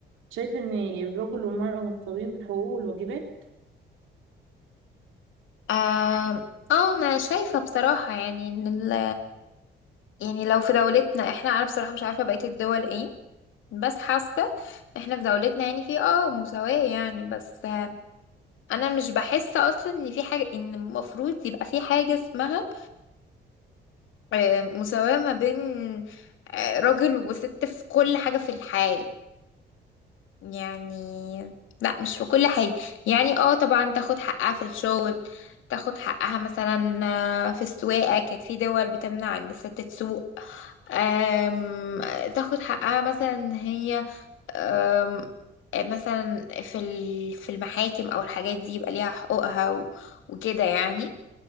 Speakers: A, on the right; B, on the left.
A: شايفة ان الرجل والمرأة متساويين في الحقوق والواجبات
B: آه اه انا شايفة بصراحة يعني ان ال يعني لو في دولتنا احنا انا بصراحة مش عارفة بقية الدول ايه بس حاسة احنا في دولتنا يعني في اه مساواة يعني بس آه انا مش بحس اصلا ان في حاجة ان المفروض يبقى في حاجة اسمها آه مساواة ما بين آه راجل وست في كل حاجة في الحياة يعني لا مش في كل حاجة يعني اه طبعا تاخد حقها في الشغل تاخد حقها مثلا آه، في السواقة كانت في دول بتمنع ان الست تسوق آم، تاخد حقها مثلا إن هي آم، مثلا في ال- في المحاكم او الحاجات دي يبقى ليها حقوقها و- وكده يعني